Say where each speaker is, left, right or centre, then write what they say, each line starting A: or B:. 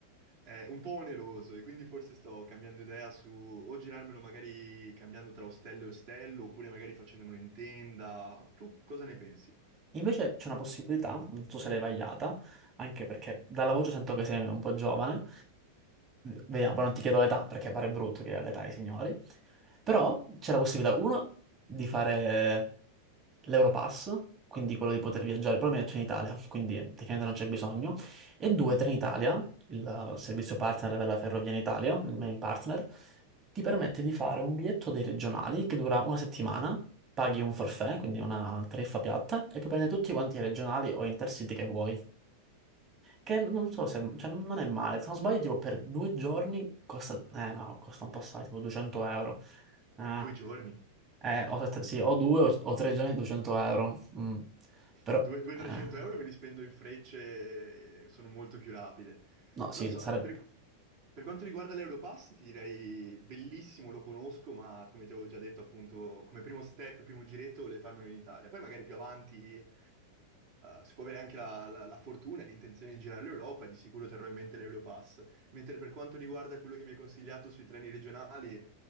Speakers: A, on the right (about 50°); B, on the right (about 25°).
A: è un po' oneroso e quindi forse sto cambiando idea su o girarmelo magari cambiando tra ostello e ostello, oppure magari facendomelo in tenda. Tu cosa ne pensi?
B: Invece c'è una possibilità, non so se l'hai vagliata, anche perché dalla voce sento che sei un po' giovane, Vediamo, poi non ti chiedo l'età perché pare brutto chiedere l'età ai signori. Però c'è la possibilità, uno, di fare l'Europass, quindi quello di poter viaggiare, però mi ha detto in Italia, quindi tecnicamente non c'è bisogno. E due, Trenitalia, il servizio partner della Ferrovia in Italia, il main partner, ti permette di fare un biglietto dei regionali che dura una settimana, paghi un forfait, quindi una tariffa piatta, e puoi prendere tutti quanti i regionali o intercity che vuoi. Che non so se, cioè, non non è male. Se non sbaglio, tipo per due giorni costa, eh no, costa un po' assai, tipo 200 euro. Ah,
A: Due giorni,
B: eh, o, sette- sì, o due o, o tre giorni 200 euro. Mm. Però,
A: 200-300
B: eh,
A: euro me li spendo in frecce e sono molto più rapide.
B: no, sì,
A: Non so,
B: sarebbe,
A: per... Per quanto riguarda l'Europass, ti direi bellissimo, lo conosco, ma come ti avevo già detto, appunto, come primo step, primo giretto, volevo farmelo in Italia. Poi magari più avanti, eh, si può avere anche la, la- la fortuna e l'intenzione di girare l'Europa, di sicuro terrò in mente l'Europass. Mentre per quanto riguarda quello che mi hai consigliato sui treni regionali,